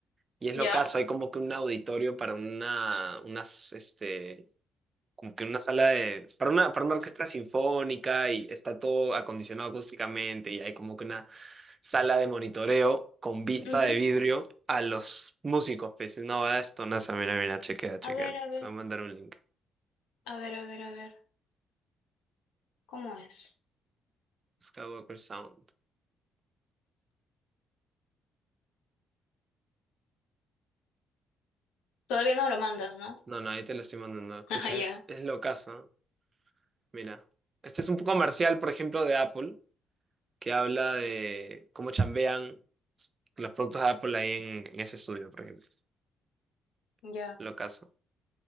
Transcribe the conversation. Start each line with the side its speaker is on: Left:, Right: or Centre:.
Right: Y es
Left: ¿Ya?
Right: lo caso, hay como que un auditorio para una, unas, este, como que una sala de, para una, para una orquesta sinfónica y está todo acondicionado acústicamente y hay como que una sala de monitoreo con vista
Left: Ujú.
Right: de vidrio a los músicos. Pues no va esto, nasa, mira, mira, chequea, chequea.
Left: A ver,
Right: Te
Left: a ver,
Right: voy a mandar un link.
Left: a ver, a ver, a ver. ¿Cómo es?
Right: Skywalker Sound.
Left: Todavía no lo mandas, ¿no?
Right: No, no, ahí te lo estoy mandando. Pucha,
Left: <laughs> Ah, ya,
Right: es, es locazo, ¿no? Mira. Este es un comercial, por ejemplo, de Apple, que habla de cómo chambean los productos de Apple ahí en, en ese estudio, por ejemplo.
Left: ya.
Right: Locazo.